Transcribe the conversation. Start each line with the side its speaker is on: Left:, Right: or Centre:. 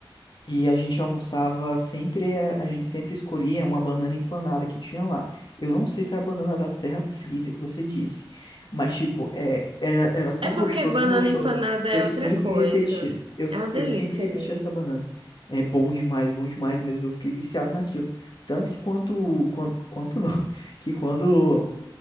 Left: E a gente almoçava sempre, eh, a gente sempre escolhia uma banana empanada que tinha lá. Eu não sei se era a banana da terra frita que você disse, mas tipo, é, era, era tão
Right: É porque
Left: gostoso,
Right: banana
Left: tão gostoso.
Right: empanada é
Left: Eu sempre
Right: outra coisa.
Left: repetia, eu, s-
Right: É uma delícia
Left: eu sempre repetia
Right: mesmo.
Left: essa banana. É bom demais, bom demais mesmo. Eu fiquei viciado naquilo. Tanto que quanto, quanto, quanto não, <laughs> que quando